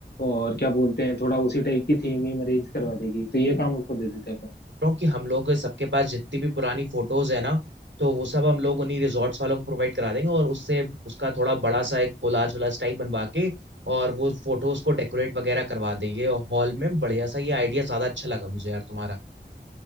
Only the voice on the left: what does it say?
और क्या बोलते हैं थोड़ा उसी टाइप की थीम ही अरेंज करवा देगी तो ये काम उसको दे देते हैं अपन